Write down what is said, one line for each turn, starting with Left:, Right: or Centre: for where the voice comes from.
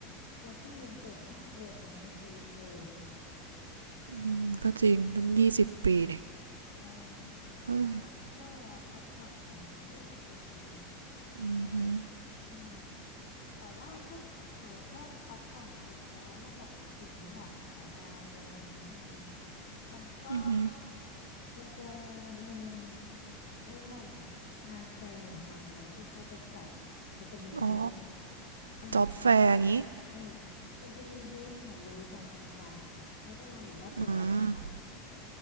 Left: เราเพิ่งเรียนจบเนาะเรียนมาทั้งชีวิตอะไรอย่างเงี้ย
Right: ืมก็จริงตั้งยี่สิบปีเนี่ย
Left: เออ
Right: เออ
Left: ขอแบบช่วงเวลาพักผ่อนหน่อยสักนิดอะไรอย่างเงี้ย
Right: อือือ
Left: อืมแต่ว่าถ้าสมมติว่าพักผ่อนเสร็จแล้วแล้วแบบถึงอยากหางานอะไรอย่างเงี้ยใช่ไหมมันก็
Right: อือ
Left: มันจะมี เขาเรียกว่าอะไรงานแฟร์หรืองานอะไรที่เขาจะจัดมันจะมีบูธ
Right: ฮึอ๋อ
Left: อ่า
Right: จ็อบแฟร์อย่างงี้
Left: เออมันจะมีบูธของบริษัทต่างๆอ่ะเขาจะมาแบบว่าเปิดรับสมัคร
Right: อืม